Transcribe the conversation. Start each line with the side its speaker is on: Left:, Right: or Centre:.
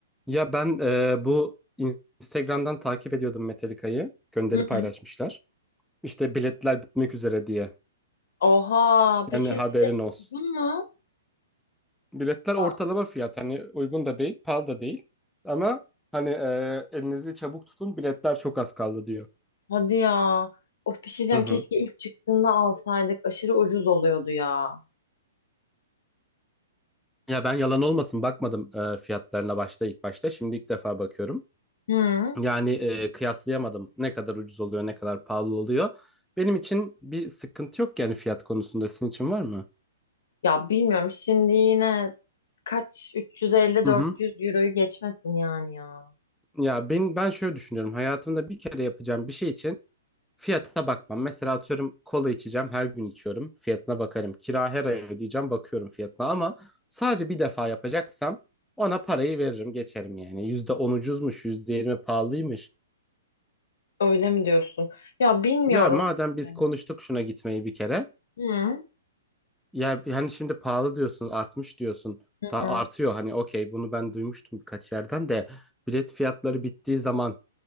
Centre: Ya ben e, bu Instagram'dan takip ediyordum Metallica'yı. Gönderi
Left: Hı
Centre: paylaşmışlar.
Left: hı.
Centre: İşte biletler bitmek üzere diye.
Left: Oha bir
Centre: Yani
Left: şey
Centre: haberin
Left: diyeceğim
Centre: olsun.
Left: uygun mu?
Centre: Biletler
Left: Ben-
Centre: ortalama fiyat. Hani uygun da değil, pahalı da değil. Ama hani e, elinizi çabuk tutun biletler çok az kaldı diyor.
Left: Hadi ya. Of bir şey diyeceğim
Centre: Hı hı.
Left: keşke ilk çıktığında alsaydık aşırı ucuz oluyordu ya.
Centre: Ya ben yalan olmasın bakmadım e, fiyatlarına başta ilk başta. Şimdi ilk defa bakıyorum.
Left: Hı.
Centre: Yani e, kıyaslayamadım. Ne kadar ucuz oluyor, ne kadar pahalı oluyor. Benim için bir sıkıntı yok yani fiyat konusunda. Sizin için var mı?
Left: Ya bilmiyorum şimdi yine kaç 350-400
Centre: Hı hı.
Left: euroyu geçmesin yani ya.
Centre: Ya ben ben şöyle düşünüyorum. Hayatımda bir kere yapacağım bir şey için fiyata bakmam. Mesela atıyorum kola içeceğim, her gün içiyorum. Fiyatına bakarım. Kira her ay ödeyeceğim, bakıyorum fiyatına ama sadece bir defa yapacaksam ona parayı veririm, geçerim yani. %10 ucuzmuş, %20 pahalıymış.
Left: Öyle mi diyorsun? Ya bilmiyorum.
Centre: Ya madem
Left: işte.
Centre: biz konuştuk şuna gitmeyi bir kere.
Left: Hı.
Centre: Ya hani şimdi pahalı diyorsun, artmış diyorsun.
Left: Hı
Centre: Daha
Left: hı.
Centre: artıyor hani okey bunu ben duymuştum birkaç yerden de bilet fiyatları bittiği zaman